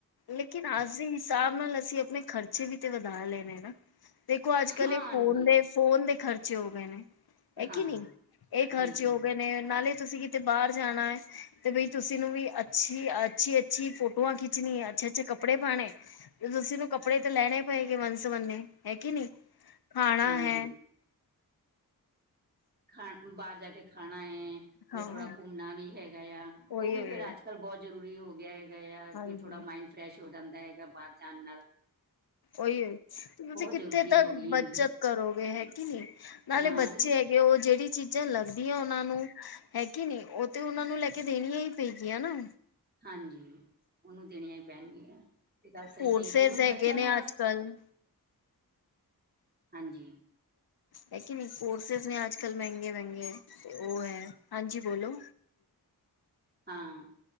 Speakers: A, on the left; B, on the right.
A: ਲੇਕਿਨ ਅੱਜ ਦੇ ਹਿਸਾਬ ਨਾਲ ਅਸੀਂ ਆਪਣੇ ਖਰਚੇ ਵੀ ਤੇ ਵਧਾ ਲੇ ਨਾ ਦੇਖੋ ਅੱਜ-ਕੱਲ
B: ਹਾਂਜੀ
A: ਏ ਫੋਨ ਦੇ, ਫੋਨ ਦੇ ਖਰਚੇ ਹੋ ਗਏ ਨੇ। ਐ
B: ਹਾਂ
A: ਕੀ ਨਈ, ਏ ਖਰਚੇ
B: ਜੀ ਜੀ
A: ਹੋ ਗਏ ਨੇ ਨਾਲੇ ਤੁਸੀਂ ਕਿਤੇ ਬਾਰ ਜਾਣਾ ਏ, ਤੇ ਬਈ ਤੁਸੀਂ ਨੂੰ ਵੀ ਅੱਛੀ-ਅੱਛੀ-ਅੱਛੀ ਫੋਟੋਆਂ ਖਿੱਚਣੀ ਐ। ਅੱਛੇ-ਅੱਛੇ ਕੱਪੜੇ ਪਾਣੇ, ਤੁਸੀਂ ਨੂੰ ਕੱਪੜੇ ਤੇ ਲੈਣੇ ਪਏਗੇ ਵੰਨ-ਸਵੰਨੇ, ਹੈ ਕੀ ਨਈ। ਖਾਣਾ
B: ਹਾਂਜੀ
A: ਹੈ।
B: ਖਾਣ ਬਾਰ ਜਾ ਕੇ ਖਾਣਾ ਏ, ਫੇਰ
A: ਹਾਂ
B: ਥੋੜਾ ਘੁੰਮਣਾ ਵੀ ਹੈਗਾ ਏਆ।
A: ਉਹੀ
B: ਓ ਵੀ
A: ਹੈ,
B: ਫੇਰ ਅੱਜ-ਕੱਲ ਬੋਹ ਜ਼ਰੂਰੀ ਹੋ ਗਿਆ ਹੈਗਾ ਆ
A: ਹਾਂਜੀ
B: ਕੀ ਥੋੜਾ ਮਾਇੰਡ ਫਰੈਸ਼ ਹੋ ਜਾਂਦਾ ਹੈਗਾ ਬਾਰ <unintelligible> ਨਾ
A: ਓਈ ਏ, ਤੁਸੀਂ ਕਿੱਥੇ
B: ਜ਼ਰੂਰੀ
A: ਤੱਕ
B: ਹੋ ਗਈਆਂ
A: ਬੱਚਤ
B: ਹੈਗੀਆਂ
A: ਕਰੋਗੇ ਹੈ ਕੇ ਨਈ, ਨਾਲੇ
B: ਹਾਂ
A: ਬੱਚੇ
B: ਨਹੀਂ
A: ਐਗੇ ਕਿ ਓ ਜੇੜੀ ਚੀਜ਼ਾਂ ਲੱਗਦੀਆਂ ਉਨਾਂ ਨੂੰ ਹੈ ਕੇ ਨਈ, ਓ ਤੇ ਉਨਾਂ ਨੂੰ ਲੈ ਕੇ ਦੇਣੀਆਂ ਈ ਪਏਗੀਆਂ ਨਾ।
B: ਹਾਂਜੀ, ਓਨੂੰ ਦੇਣੀਆਂ ਈ ਪੈਣਗੀਆਂ, ਏ ਗੱਲ ਸਈ
A: ਕੋਰਸਿਸ
B: ਐਗੀ, ਹੁਣ
A: ਹੈਗੇ
B: ਬੱਚਿਆਂ
A: ਨੇ
B: ਨੂੰ ਅਸੀਂ
A: ਅੱਜ ਕੱਲ
B: ਹਾਂਜੀ।
A: ਹੈ ਕੇ ਨਈ, ਕੋਰਸਿਸ ਨੇ ਅੱਜ-ਕੱਲ ਮੈਂਗੇ-ਮੈਂਗੇ ਤੇ ਓ ਐ। ਹਾਂਜੀ ਬੋਲੋ
B: ਹਾਂ,